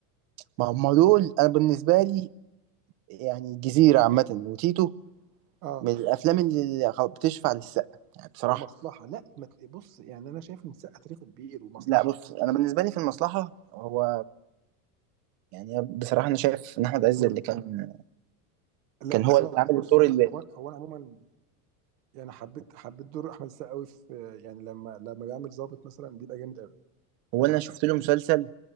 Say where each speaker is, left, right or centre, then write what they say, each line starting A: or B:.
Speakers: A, on the right; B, on the right.
A: ما هم دول انا بالنسبه لي يعني الجزيره عامه وتيتو
B: اه
A: من الافلام اللي خ- بتشفع للسقا يعني بصراحه
B: ومصلحه لا ما تل- بص يعني انا شايف ان السقه تاريخه كبير ومصلحه
A: لا بص انا بالنسبه لي في المصلحه هو يعني بصراحه انا شايف ان احمد عز
B: بص-
A: اللي كان
B: لا
A: كان
B: بس
A: هو اللي
B: انا
A: عامل
B: بص
A: الدور
B: هو
A: اللي
B: انا هو هو انا عموما يعني حبيت حبيت دور احمد السقا قوي في يعني لما لما بيعمل ظابط مثلا بيبقى جامد قوي
A: هو
B: يعني
A: انا
B: حتى
A: شفت له مسلسل